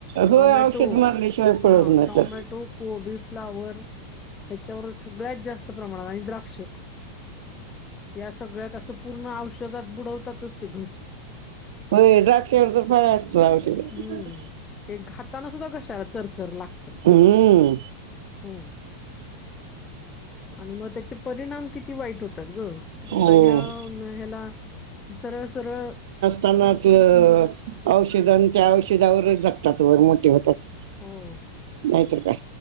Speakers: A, on the right; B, on the left.
A: होय
B: टॉमॅटो
A: औषध मारल्याशिवाय पळत
B: हा
A: नाही
B: टॉमॅ
A: तर
B: टो कोबी फ्लावर ह्याच्यावर सगळ्यात जास्त प्रमाणात द्राक्ष या सगळ्यात अस पूर्ण औषधात बुडवतातच ते घस
A: होय द्राक्षावर तर फार असतं औषधं
B: हम्म ते घाताना सुद्धा कशाला चरचर लागतं
A: हम्
B: हम्म आणि मग त्याचे परिणाम किती वाईट होतात ग आता
A: हो.
B: ह्या उन्हाळ्याला सरळ सरळ
A: तणाचं औषध त्या औषधावरच जगतात वर मोठे होतात.
B: हो!
A: नाहीतर काय